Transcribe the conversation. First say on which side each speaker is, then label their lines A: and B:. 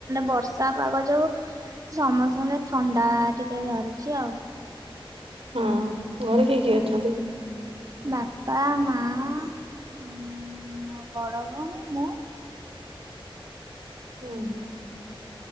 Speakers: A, on the right; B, on the right.
A: ବର୍ଷା ପାଗ ଯୋଗୁ ସମସ୍ତଙ୍କ ଥଣ୍ଡା ଟିକେ ଧରିଛି ଆଉ।
B: ହଁ। ଘରେ କିଏ କିଏ ଅଛନ୍ତି?
A: ବାପା, ମା ମୋ ବଡ ଭଉଣୀ ମୁଁ।
B: ଉଁ ହୁଁ।